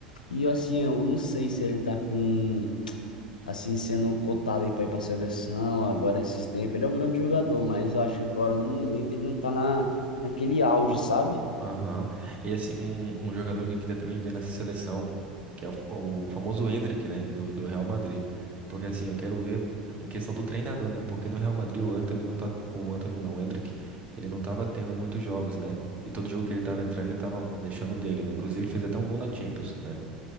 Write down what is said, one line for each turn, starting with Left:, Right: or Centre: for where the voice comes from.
Left: E assim, eu não sei se ele tá com, assim, sendo cotado aí pra ir pra seleção agora esses tempos. Ele é um grande jogador, mas eu acho que agora no momento ele não tá na, naquele auge, sabe?
Right: Aham. E assim, um, um jogador que eu queria também ver nessa seleção, que é o, o famoso Endrick, né, do, do Real Madrid. Porque assim, eu quero ver em questão do treinador, né? Porque no Real Madrid o Antony não tá, o Antony não, o Endrick, ele não tava tendo muitos jogos, né? E todo jogo que ele tava entrando, ele tava deixando o dele, né? Inclusive ele fez até um gol na Champions, né?